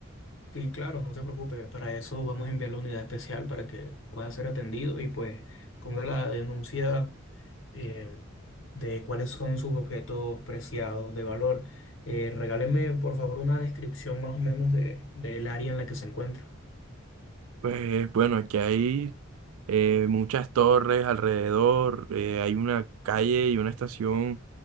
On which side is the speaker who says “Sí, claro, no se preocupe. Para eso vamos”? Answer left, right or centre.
Left